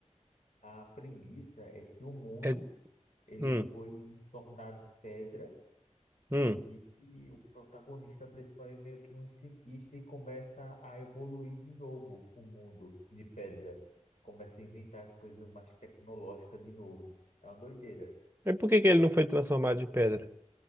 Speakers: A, on the left; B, on the right.
A: a premissa é que o mundo
B: É,
A: ele
B: hum,
A: foi tornado pedra
B: hum.
A: E, e o protagonista principal é meio que um cientista e começa a evoluir de novo o mundo de pedra. Começa a inventar as coisas mais tecnológicas de novo. É uma doideira.
B: E por que que ele não foi transformado de pedra?